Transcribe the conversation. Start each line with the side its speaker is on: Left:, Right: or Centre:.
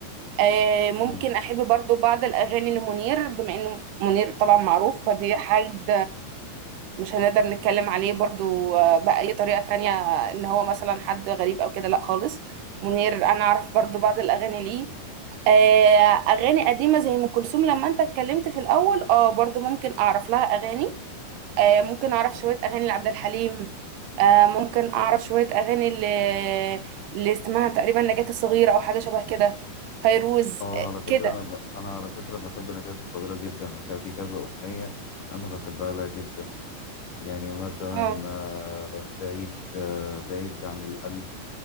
Right: أه ممكن
Left: امم
Right: احب برضو بعض الاغاني لمنير بما انه منير طبعا معروف فدي حاجه مش هنقدر نتكلم عليه برضو آه، بأي طريقة تانية ان هو مثلا حد غريب او كده لا خالص منير انا اعرف برضو بعض الاغاني ليه آه، اغاني قديمة زي ام كلثوم لما انت اتكلمت في الاول اه برضو ممكن اعرف لها اغاني آه، ممكن اعرف شوية اغاني لعبد الحليم آه، ممكن اعرف شوية اغاني اللي, اللي اسمها تقريبا نجاة الصغيرة او حاجة شبه كده فيروز
Left: اه
Right: آه،
Left: على فكره
Right: كده
Left: انا ب... انا على فكره بحب نجاة الصغيره جدا أنا كان في كذا اغنيه انا بحبها لها جدا يعني مثلا
Right: اه
Left: آه، بعيد آه، بعيد عن القلب